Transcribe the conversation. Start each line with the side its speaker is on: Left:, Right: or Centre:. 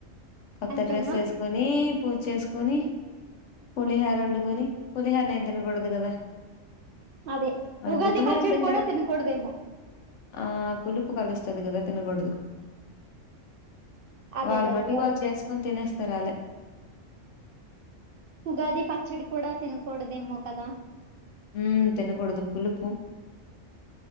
Left: కొత్త
Right: అంతేనా
Left: డ్రెస్ వేసుకొని పూజ వేసుకొని పులి హోర వండుకొని పులిహార్ నేన్ తినకూడదు కదా
Right: అదే
Left: వండుకొని
Right: ఉగాది పచ్చడి
Left: వాళ్ళు తింటారు
Right: కూడా తిన కూడదేమో?
Left: ఆ పులుపు కలుస్తది కదా తినకూడదు.
Right: అదేలే
Left: వాళ్మటుకు
Right: ఉగా
Left: వాళ్ చేసుకొని తినేస్తారు వాలే
Right: ఉగాది పచ్చడి కూడా తినకూడదేమో కదా
Left: ఉమ్ తినకూడదు పులుపు